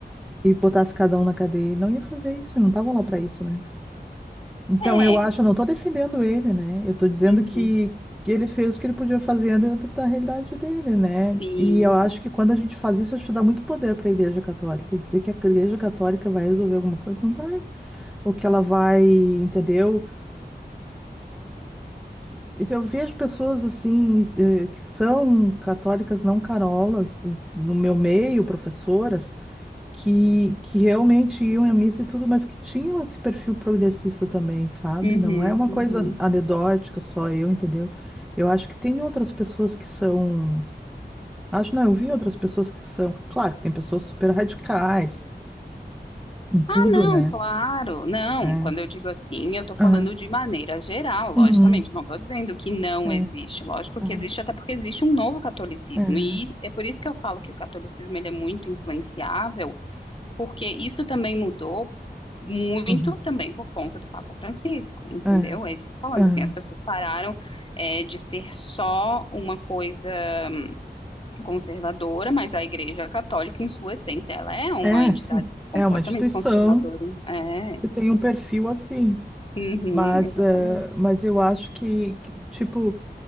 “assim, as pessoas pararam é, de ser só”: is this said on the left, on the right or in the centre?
Left